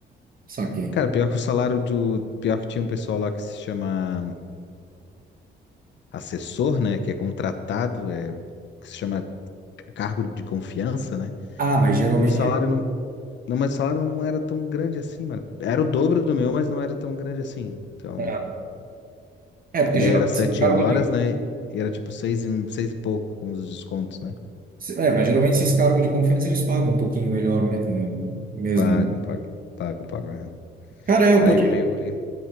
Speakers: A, on the right (about 45°); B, on the left (about 65°).
A: Saquei.
B: Cara, pior que o salário do... Pior que tinha um pessoal lá que se chama assessor, né? Que é contratado, é... que se chama cargo de confiança, né?
A: Ah, mas geralmente.
B: E o salário não... Não, mas o salário não era tão grande assim, mano. Era o dobro do meu, mas não era tão grande assim. Então...
A: É, é,
B: Porque
A: porque
B: daí
A: geralmente
B: era sete
A: esse cargo
B: horas,
A: de.
B: né? E era tipo seis e, seis e pouco com os descontos, né?
A: É, mas geralmente esses cargos de confiança eles pagam um pouquinho melhor me- é, mesmo.
B: Pagam, pagam, pagam, pagam. aham.
A: Cara, é, eu
B: Aí
A: tô. de-
B: o meu ali,